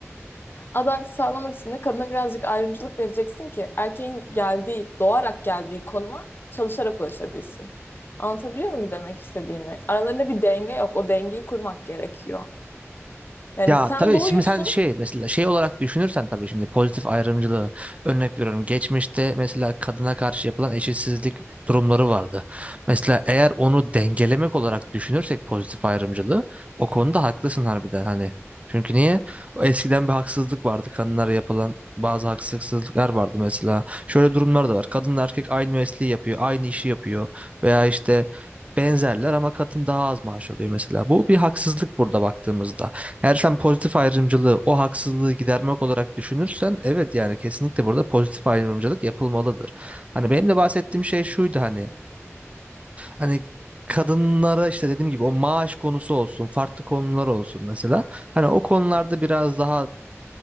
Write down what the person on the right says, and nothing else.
Ya
tabii
şimdi sen şey mesela şey olarak düşünürsen tabii şimdi pozitif ayrımcılığı örnek veriyorum. Geçmişte mesela kadına karşı yapılan eşitsizlik durumları vardı. Mesela eğer onu dengelemek olarak düşünürsek pozitif ayrımcılığı o konuda haklısın harbiden hani. Çünkü niye? O Eskiden bir haksızlık vardı. Kadınlara yapılan bazı haksızlıklar vardı mesela. Şöyle durumlar da var. Kadın erkek aynı mesleği yapıyor, aynı işi yapıyor veya işte benzerler ama kadın daha az maaş alıyor mesela. Bu bir haksızlık burada baktığımızda. Eğer sen pozitif ayrımcılığı o haksızlığı gidermek olarak düşünürsen evet yani kesinlikle burada pozitif ayrımcılık yapılmalıdır. Hani benim de bahsettiğim şey şuydu hani hani kadınlara işte dediğim gibi o maaş konusu olsun, farklı konular olsun mesela. Hani o konularda biraz daha